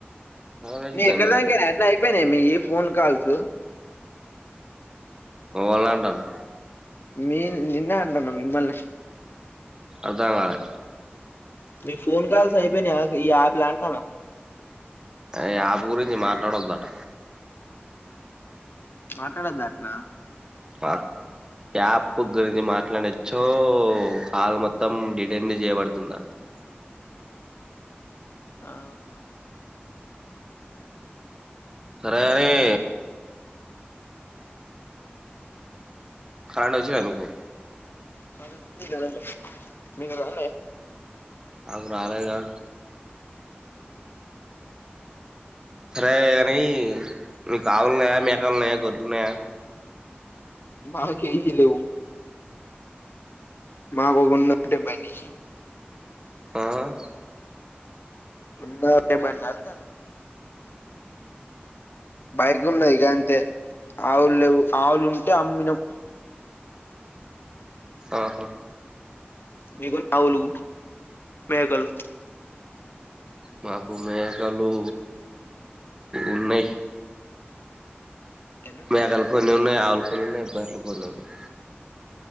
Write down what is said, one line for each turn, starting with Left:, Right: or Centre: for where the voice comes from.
Right: చదువుడొచ్చిందా
Left: మీ ఎక్కడ
Right: మీకు
Left: దాంక అన్న అయిపోయినా మీ ఫోన్ కాల్స్
Right: ఓళ్లా అంటారు
Left: మీ నిన్నే అంటున్నా మిమ్మల్ని.
Right: అర్థం కాలే.
Left: మీ ఫోన్ కాల్స్ అయిపోయినా ఈ యాప్లా అంటున్న.
Right: ఈ ఆప్ గురించి మాట్లాడోద్దంట.
Left: మాట్లాడొద్దంటానా.
Right: ఆహ్. ఈ యాప్ గురించి మాట్లాడినచో కాల్ మొత్తం డిటెండ్ చేయబడుతుందంటా. <inaudible>
Left: ఆహా.
Right: సరేగాని. కరెంటు వచ్చిందా మీకు.
Left: మాకు వచ్చింది కరెంటు మీకు రాలే.
Right: నాకు రాలేదుగా సరే కానీ మీకు ఆవులు ఉన్నాయా మేకలున్నాయా గొడ్లు ఉన్నాయా.
Left: మాకేమీ లేవు. మాకు ఉన్నది ఒకటే బండి.
Right: ఆహ్.
Left: ఉన్నది ఒకటే బండి అంటున్నా. బైకులు ఉన్నాయి కానీ. అంతే ఆవులు లేవు ఆవులు ఉంటే అమ్మినం.
Right: ఆహా.
Left: మీకు ఆవులు మేకలు.
Right: మాకు మేకలు ఉన్నాయి.
Left: ఎన్నున్నాయి
Right: మేకలు కొన్ని ఉన్నాయి ఆవులు కొన్ని ఉన్నాయి బర్రెలు కొన్ని ఉన్నాయి.